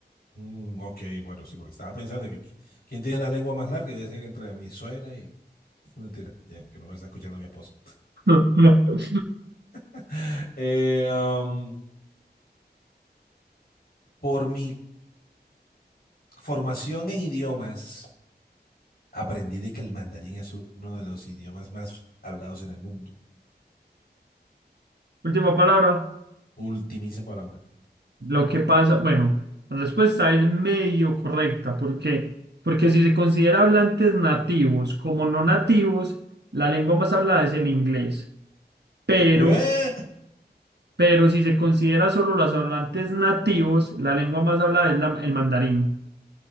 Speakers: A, on the left (about 60°); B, on the right (about 70°).
A: Mm, ok, bueno, sí, porque estaba pensando que qui- quién tiene la lengua más larga. Yo decía que entre mi suegra y... <laughs> Mentira, ya, que no me está escuchando mi esposa.
B: <laughs>
A: <laughs> Eh, am, por mi formación en idiomas, aprendí de que el mandarín es uno de los idiomas más hablados en el mundo.
B: Última palabra.
A: Ultimísima palabra.
B: Lo que pasa, bueno, la respuesta es medio correcta. ¿Por qué? Porque si se considera hablantes nativos como no nativos, la lengua más hablada es el inglés. Pero
A: Bueh.
B: Pero si se considera solo los hablantes nativos, la lengua más hablada es la- el mandarín.